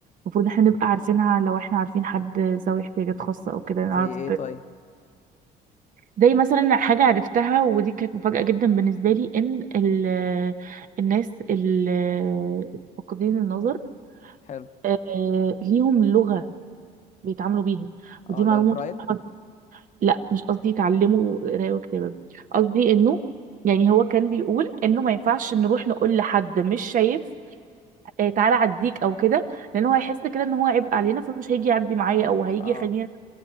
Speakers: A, on the right; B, on the left.
A: المفروض إحنا نبقى عارفينها لو إحنا عارفين حد ذوي احتياجات خاصة أو كده نعرف
B: زي ايه طيب
A: زي مثلا حاجة عرفتها ودي كانت مفاجأة جدا بالنسبة لي إن ال الناس اللي فاقدين النظر
B: حلو
A: آه، ليهم لغة بيتعاملوا بيها ودي
B: اه لا
A: معلومة
B: البرايل
A: بصراحة لا مش قصدي يتعلموا قراية وكتابة قصدي إنه يعني هو كان بيقول إنه ما ينفعش نروح نقول لحد مش شايف آه، تعالى عديك أو كده لأن هو هيحس كده إن هو عبء علينا فمش هيجي يعدي معايا أو هيجي
B: اه
A: يخليني